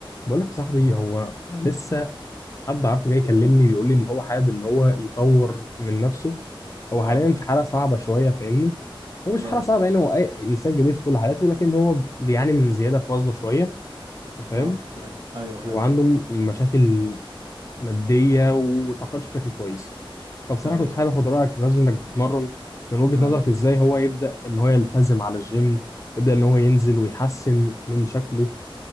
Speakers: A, on the left (about 35°); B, on the right (about 60°).
A: بقول لك يا صاحبي هو لسه حد عارفه جاي يكلمني بيقول لي ان هو حابب ان هو يطور من نفسه هو
B: اه
A: حاليا في حاله صعبه شويه فاهمني هو مش في
B: اه
A: حاله صعبه يعني هو اي انسان جميل في كل حالاته ولكن هو بيعاني من زياده في وزنه شويه انت فاهم
B: اه فاهم ايوه فاهم
A: وعنده م- مشاكل ماديه وما بيفكرش بشكل كويس فبصراحه
B: ايوه
A: كنت حابب اخد رايك بمناسبه انك بتتمرن من وجهه
B: ايوه
A: نظرك ازاي هو يبدا ان هو يلتزم على الجيم يبدا ان هو ينزل ويحسن من شكله